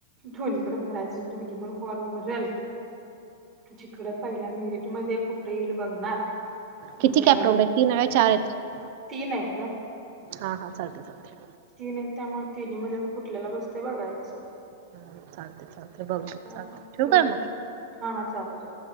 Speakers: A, on the right (about 30°); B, on the right (about 50°).
A: दोनीकडे भरायचं, दोनी पण फॉर्म भरेल जिकड पहिल्या मिरिट मध्ये कुठं येईल बघनार आणि
B: किती
A: मिळल,
B: कॅपराऊंड आहेत तीन आहे चार आहेत
A: तीन आहेत गं
B: हा हा, चालतेय चालतेय.
A: तीन आहेत, त्यामुळे तिन्ही मध्ये आता कुठल्याला बसतंय बघायचं.
B: ह, चालतेय चालतय, बघ चालतय,
A: त्यामुळे
B: ठिवु
A: बघूया
B: काय मग?
A: हा हा, चालतय.